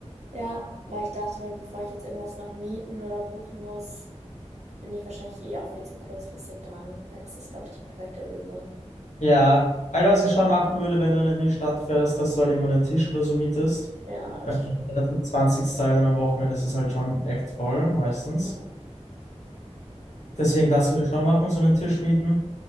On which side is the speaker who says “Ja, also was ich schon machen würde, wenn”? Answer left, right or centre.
Left